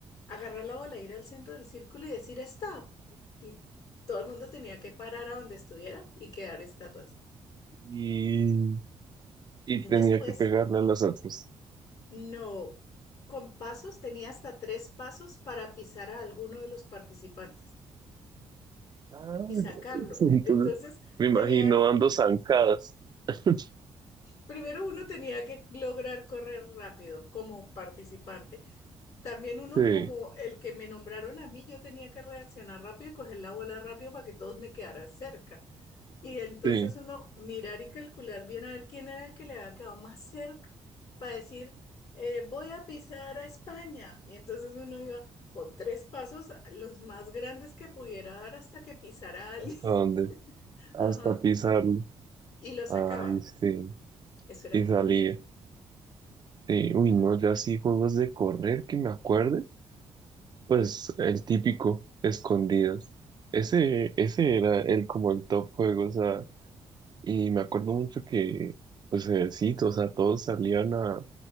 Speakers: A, on the left; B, on the right.
A: agarrar la bola, ir al centro del círculo y decir stop. Y todo el mundo tenía que parar a donde estuviera y quedar estatuas.
B: Y, y
A: Y
B: tenía
A: después,
B: que pegarle a las otras.
A: no, con pasos, tenía hasta tres pasos para pisar a alguno de los participantes.
B: Ah, <laughs>
A: y sacarlo.
B: Entonces,
A: Entonces,
B: me imagino
A: tenía,
B: ando zancadas. <laughs>
A: primero uno tenía que lograr correr rápido como participante. También uno
B: Sí,
A: como el que me nombraron a mí, yo tenía que reaccionar rápido y coger la bola rápido para que todos me quedaran cerca. Y entonces
B: sí.
A: uno mirar y calcular bien a ver quién era el que le había quedado más cerca para decir, eh, voy a pisar a España. Y entonces uno iba con tres pasos, los más grandes que pudiera dar hasta que pisara a alguien.
B: ¿Hasta dónde?
A: <laughs>
B: Hasta
A: Ajá.
B: pisarlo.
A: Y lo sacaba.
B: Ay, sí.
A: Eso era
B: Y
A: muy
B: salía.
A: divertido.
B: Sí, uy,
A: <laughs>
B: no, yo así juegos de correr que me acuerde, pues el típico, escondidas. Ese, ese era el como el top juego, o sea, y me acuerdo mucho que, pues eh, sí, o sea, todos salían a,